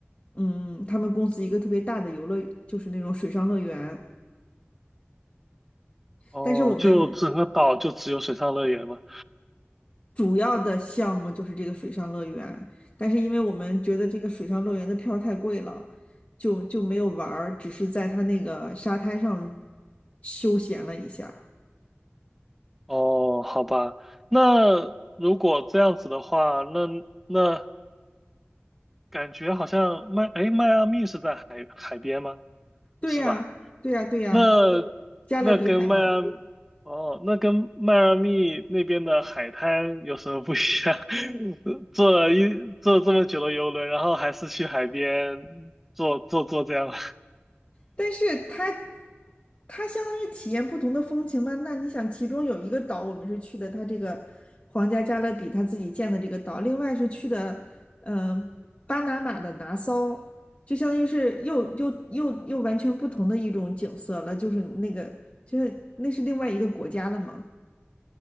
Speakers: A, on the left; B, in the centre.
A: 嗯，他们公司一个特别大的游乐，就是那种水上乐园，
B: 哦，
A: 但是我们
B: 就整个岛就只有水上乐园吗？
A: 主要的项目就是这个水上乐园，但是因为我们觉得这个水上乐园的票太贵了。就就没有玩儿，只是在它那个沙滩上休闲了一下
B: 哦，好吧，那如果这样子的话，那那感觉好像迈，哎，迈阿密是在海海边吗？
A: 对呀，
B: 是吧？
A: 对呀，对呀，
B: 那
A: 加勒比海嘛。
B: 那跟迈阿，哦，那跟迈阿密那边的海滩有什么不一样？<laughs> 坐了一坐这么久的游轮，然后还是去海边坐坐坐这样。<laughs>
A: 但是它它相当于体验不同的风情嘛。那你想，其中有一个岛我们是去的，它这个皇家加勒比他自己建的这个岛，另外是去的嗯、呃巴拿马的拿骚，就相当于是又又又又完全不同的一种景色了，就是那个就是那是另外一个国家了嘛。